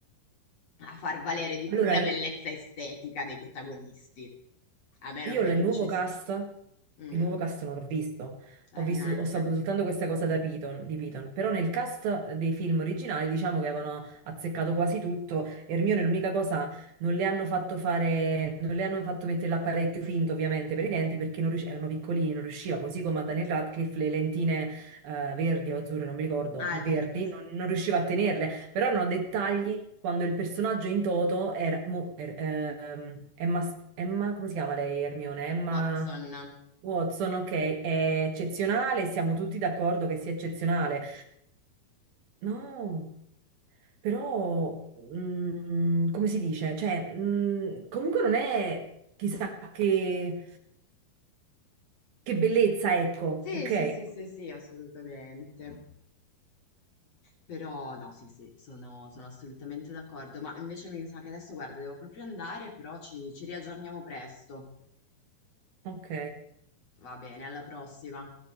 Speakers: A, on the left; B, on the right.
A: a far valere di
B: Allora,
A: più la bellezza estetica dei protagonisti, a meno
B: Io
A: che
B: la-
A: non
B: il nuovo
A: ci
B: cast,
A: si... Mm?
B: il nuovo cast non l'ho visto,
A: Eh,
B: ho visto,
A: neanche.
B: ho saputo soltanto questa cosa da Piton, di Piton, però nel cast dei film originali diciamo che avevano azzeccato quasi tutto, Hermione l'unica cosa, non le hanno fatto fare, non le hanno fatto mettere l'apparecchio finto ovviamente per i denti perché non rius- erano piccolini, non riusciva, così come a Daniel Radcliffe le lentine eh, verdi o azzurre, non mi ricordo,
A: Ah,
B: verdi,
A: è vero, per-
B: non non riusciva a tenerle. Però hanno dettagli quando il personaggio in toto era... mo- er- ehm, Emma, S- Emma- come si chiama lei, Hermione? Emma
A: Watson.
B: Watson, ok, è eccezionale, siamo tutti d'accordo che sia eccezionale. No, però... mm, come si dice? Cioè, mm, comunque non è chissà che, che bellezza, ecco,
A: Sì,
B: ok?
A: sì, sì, sì, sì, assolutamente. Però no, sì, sì, sono sono assolutamente d'accordo. Ma invece mi sa che adesso, guarda, devo proprio andare, però ci ci riaggiorniamo presto.
B: Ok.
A: Va bene, alla prossima.